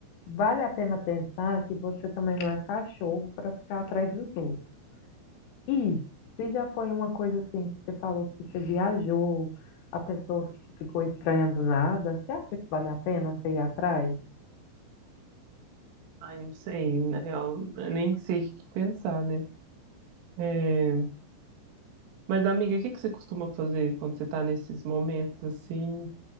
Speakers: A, on the left (about 75°); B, on the right (about 75°).
A: Vale a pena pensar que você também não é cachorro para ficar atrás dos outros. E se já foi uma coisa assim que você falou que você viajou, a pessoa ficou estranha do nada, você acha que vale a pena você ir atrás?
B: Ai, não sei, na real, eu nem sei o que pensar, né? É, Mas, amiga, o que que você costuma fazer quando você tá nesses momentos assim,